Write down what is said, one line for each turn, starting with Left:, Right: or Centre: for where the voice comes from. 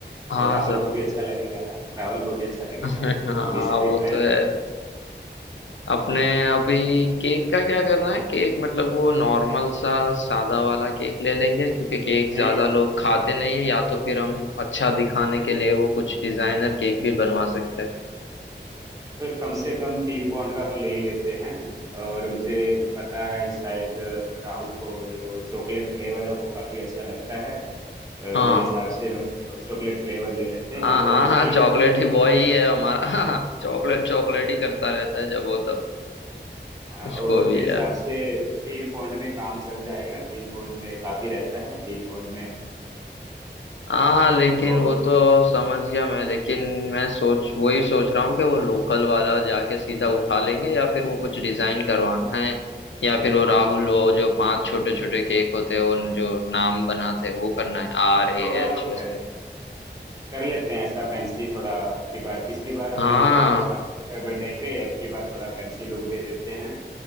Left: हाँ
Right: और राहुल
Left: सब
Right: को भी अच्छा लगेगा राहुल को भी अच्छा लगेगा
Left: <laughs> हाँ
Right: भी सभी
Left: वो
Right: फ्रेंड
Left: तो है
Right: है
Left: अपने अभी केक का क्या करना है केक मतलब वो नॉर्मल सा सादा वाला केक ले लेंगे क्योंकि केक
Right: नहीं
Left: ज्यादा लोग खाते नहीं है या तो फिर हम अच्छा दिखाने के लिए वो कुछ डिजाइनर केक भी बनवा सकते हैं
Right: कम से कम तीन पौंड का तो ले ही लेते हैं और मुझे पता है कि शायद राहुल को जो चॉकलेट फ्लेवर है वो काफी अच्छा लगता है अ,
Left: हाँ
Right: मेरे हिसाब से हम चॉकलेट फ्लेवर ले लेते हैं
Left: हाँ
Right: और
Left: हाँ हाँ
Right: तीन
Left: चॉकलेट
Right: पाउंड
Left: ही
Right: में
Left: बॉय ही है हमारा <laughs> चॉकलेट चॉकलेट ही करता रहता है जब वो तब
Right: हाँ
Left: उसको
Right: और
Left: भी
Right: मेरे
Left: यार
Right: हिसाब से तीन पौंड में काम चल जाएगा तीन पौंड में काफी रहता है तीन पौंड में
Left: हाँ लेकिन
Right: और
Left: वो तो समझ गया मैं लेकिन मैं सोच वही सोच रहा हूँ कि वो लोकल वाला जाके सीधा उठा लेंगे या फिर वो कुछ डिजाइन करवाना है या फिर वो राहुल वो जो पांच छोटे छोटे केक होते हैं उन जो नाम बनाते हैं वो करना है आर ए
Right: थोड़ा
Left: एच
Right: फै-
Left: वैसे
Right: कर लेते हैं ऐसा फैंसी थोड़ा अब की बार पिछली बार हमने
Left: हाँ
Right: नॉर्मल रखा था उसका बर्थडे पे अब की बार थोड़ा फैंसी लुक दे देते हैं